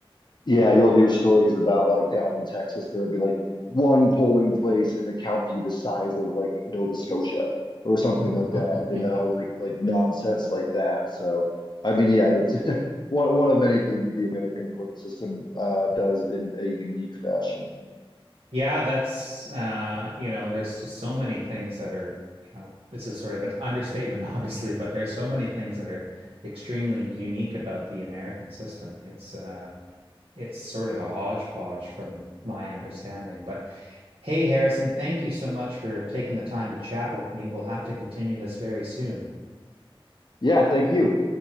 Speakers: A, on the left; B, on the right.
A: yeah, you'll hear stories about like down in Texas, there'll be like one polling place in a county the size of like Nova Scotia or something like
B: <laughs>
A: that, you
B: Yeah.
A: know, like like nonsense like that. So, I mean, yeah, that's <laughs> one one of many things that the American political system uh, does in a unique fashion.
B: Yeah, that's uh, you know, there's just so many things that are, you know, this is sort of an understatement, <laughs> obviously, but there's so many things that are extremely unique about the American system. It's uh it's sort of a hodgepodge from my understanding. But hey, Harrison, thank you so much for taking the time to chat with me. We'll have to continue this very soon.
A: Yeah, thank you.